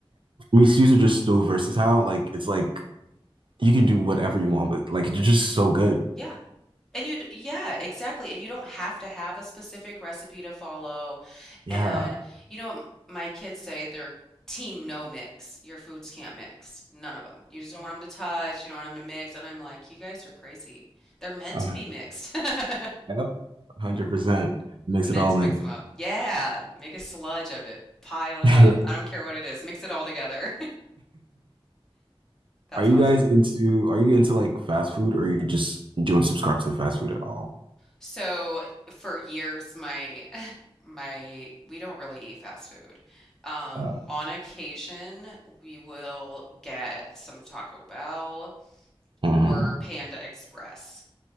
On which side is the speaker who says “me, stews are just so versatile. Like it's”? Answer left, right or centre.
Right